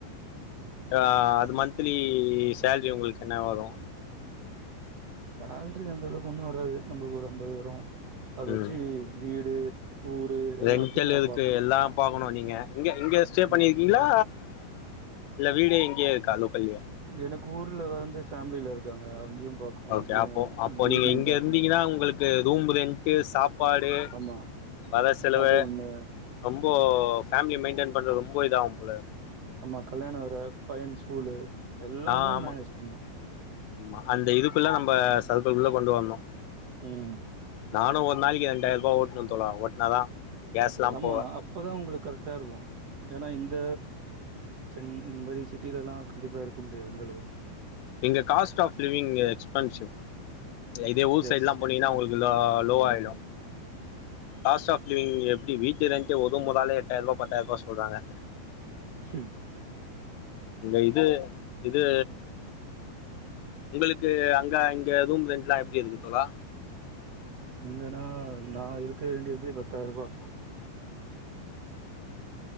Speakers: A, on the left (about 85°); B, on the right (about 80°).
A: அ அது மந்த்லி சேல்ரி உங்களுக்கு என்ன வரு
B: சேல்ரி அந்த அளவுக்கு ஒன்னு வராது நம்மளுக்கு ஒரு ஐம்பது வரு அத வச்சு
A: ம்
B: வீடு ஊரு எல்லாத்தையு
A: ரெண்டல்
B: நா
A: இருக்கு
B: பாக்கணு
A: எல்லா பாகணு நீங்க இங்க இங்க ஸ்டே பண்ணிருக்கீ
B: மா
A: யா இல்ல வீடு எங்கேயே இருக்கா லோக்கல்லயே
B: எனக்கு ஊருல வந்து ஃபேமிலில இருக்காங்க அங்கேயு பாக்கணு
A: ஓகே
B: அப்புறோ
A: அப்போ அப்போ
B: வீடையு
A: நீங்க இங்க
B: பாக்கணு
A: இருந்தீங்கன்னா உங்களுக்கு ரூம் ரென்ட்டு சாப் பாடு
B: ஆமா
A: பத செலவு
B: அது ஒண்ணு
A: ரொம்போ ஃபேமிலிய மெயின்ட்டன் பண்ண ரொம்ப இதாவும்புள்ள
B: அம்மா கல்யாண வேற பையன் ஸ்கூலு எல்லாமே
A: ஆ ஆமா
B: மேனேஜ் பண்ணணு
A: ஆமா அந்த இதுக்குல்லா நம்ம சர்க்குள்குள்ள கொண்டு வரனு
B: ம்
A: நானு ஒரு நாளைக்கு ரெண்டாயிர ரூபா ஓட்டுவ தோழா ஓட்னாதா கேஸ்லா
B: ஆமா
A: போக
B: அப்பதா உங்களுக்கு கரெக்டா இருக்கு ஏன்னா இந்த சென்னை இந்த மாதிரி சிட்டில எல்லா கண்டிப்பா இருக்க முடியாது இந்த அளவுக்
A: எங்க காஸ்ட் ஆஃப் லிவிங் எக்ஸ்பென்சிவ் இதே ஊர்
B: எஸ்.
A: சைட்லா போனிங்கனா உங்களுக் ல்லோ லோ ஆயிலு காஸ்ட் ஆப் லிவிங் எப்டி வீட்டு இருந்துட்டு ஒதும்புனாலே எட்டாயிர ரூபா பத்தாயிர ரூபா சொல்றாங்க
B: ம்
A: இந்த இது இது உங்களுக்கு அங்க இங்க ரூம் ரெண்ட்லா எப்டி இருந்துத் தோழா
B: இங்கன்னா நா இருக்க வேண்டியது பத்தாயர்ருபா